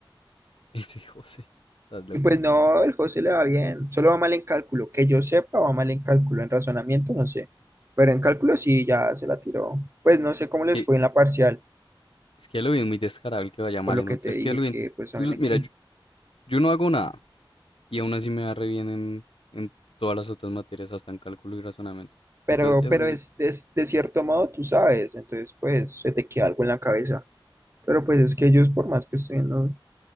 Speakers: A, on the left (about 90°); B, on the right (about 30°).
A: <laughs> Ese José. Estás loco.
B: Y pues no, el José le va bien, solo va mal en cálculo, que yo sepa, va mal en cálculo, en razonamiento no sé, pero en cálculo sí, ya se la tiró. Pues no sé cómo
A: Es
B: les
A: que,
B: fue en la parcial,
A: es que ya lo vi muy descarado el que va a llamar
B: por lo
A: en
B: que
A: otro.
B: te
A: Es
B: dije
A: que ya lo vi.
B: que pues
A: Tú,
B: a mí me
A: mira,
B: exime.
A: yo, yo no hago nada. y aún así me va re bien en, en todas las otras materias, hasta en cálculo y razonamiento.
B: Pero,
A: Entonces ya es
B: pero
A: muy...
B: es, es- de cierto modo, tú sabes, entonces pues se te queda algo en la cabeza. Pero pues es que ellos, por más que estudien, no-